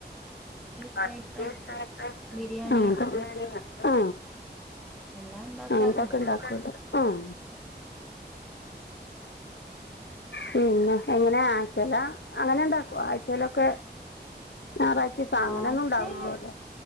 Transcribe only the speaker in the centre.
ഫ്രൈഡ് റൈസ്
ബിരിയാണി
അങ്ങനെ
എല്ലാം ഉണ്ടാക്കാറുണ്ട്
ആഴ്ചയില്